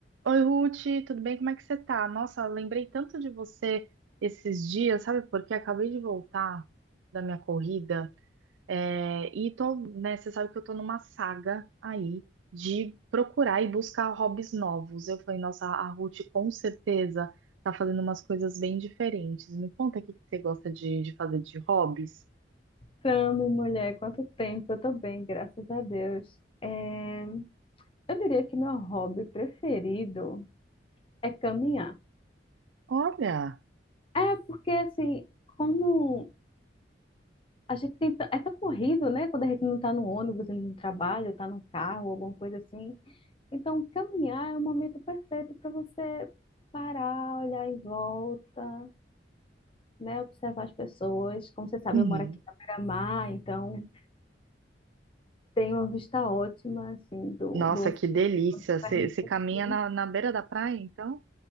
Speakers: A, on the right; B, on the left.
A: Oi, Ruth, tudo bem? Como é que você tá? Nossa, lembrei tanto de você esses dias, sabe? Porque acabei de voltar da minha corrida, é, e tô, né, você sabe que eu tô numa saga aí de procurar e buscar hobbies novos. Eu falei, nossa, a Ruth com certeza tá fazendo umas coisas bem diferentes. Me conta o que que você gosta de, de fazer de hobbies.
B: Tamo, mulher, quanto tempo? Eu tô bem, graças a Deus. É, Eu diria que meu hobby preferido é caminhar.
A: Olha!
B: É, porque assim, como a gente tem... t- é tão corrido, né? Quando a gente não tá no ônibus, indo no trabalho, tá no carro, alguma coisa assim. Então, caminhar é o momento perfeito para você parar, olhar em volta, né? Observar as pessoas. Como você sabe,
A: Uhum.
B: eu moro aqui na beira-mar, então tem uma vista ótima, assim, do,
A: Nossa,
B: do oceano
A: que delícia! Você
B: pra gente.
A: você caminha na, na beira da praia, então?